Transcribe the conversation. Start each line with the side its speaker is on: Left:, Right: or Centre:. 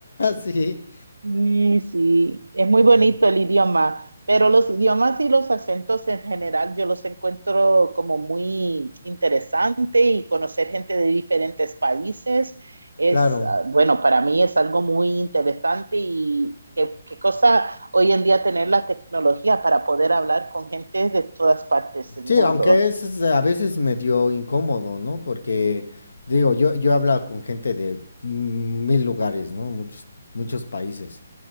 Left: <laughs> sí,
Right: Sí, sí, es muy
Left: um,
Right: bonito el idioma, pero los idiomas y los acentos en general yo los encuentro como muy interesante y conocer gente de diferentes países es,
Left: claro.
Right: ah, bueno, para mí es algo muy interesante y qué, qué cosa hoy en día tener la tecnología para poder hablar con gente de todas partes del
Left: Sí,
Right: mundo.
Left: aunque es a veces medio incómodo, ¿no? Porque, digo, yo, yo he hablado con gente de mil lugares, ¿no? Muchos, muchos países.